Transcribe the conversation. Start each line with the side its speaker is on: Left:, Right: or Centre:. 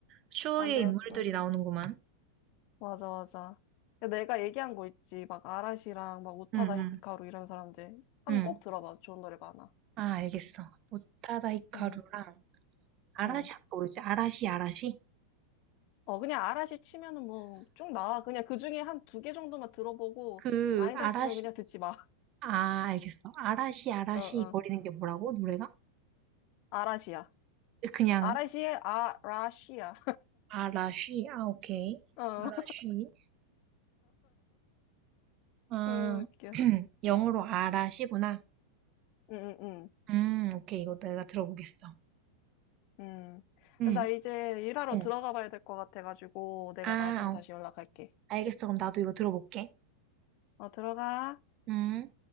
Right: 추억의
Left: 안 되겠어.
Right: 인물들이 나오는구만.
Left: 맞아, 맞아. 야, 내가 얘기한 거 있지. 막, 아라시랑, 막, 우타다
Right: 응, 응,
Left: 히카루 이런 사람들. 한번
Right: 응.
Left: 꼭 들어봐. 좋은 노래 많아.
Right: 아, 알겠어. 오타다 히카루랑,
Left: 응,
Right: 아라시
Left: 응.
Right: 아까 뭐였지? 아라시 아라시?
Left: 어, 그냥 아라시 치면은 뭐, 쭉 나와. 그냥 그 중에 한 두 개 정도만 들어보고,
Right: 그
Left: 아니다
Right: 아라시
Left: 싶으면 그냥 듣지 마.
Right: 아 알겠어. 아라시 아라시
Left: <laughs> 어, 어.
Right: 거리는 게 뭐라고? 노래가?
Left: 아라시야.
Right: 그냥
Left: 아라시의 아라시야.
Right: 아라시 아 오케이.
Left: <laughs> 어.
Right: 아라시 아
Left: 어, 웃겨.
Right: <clears throat> 영어로 아라시구나.
Left: 응, 응,
Right: 음 오케이 이거 내가 들어보겠어.
Left: 응.
Right: 음
Left: 응. 나 이제 일하러
Right: 어.
Left: 들어가 봐야 될 것 같아가지고, 내가
Right: 아
Left: 나중에 다시
Right: 어.
Left: 연락할게.
Right: 알겠어. 그럼 나도 이거 들어볼게.
Left: 어, 들어가.
Right: 음.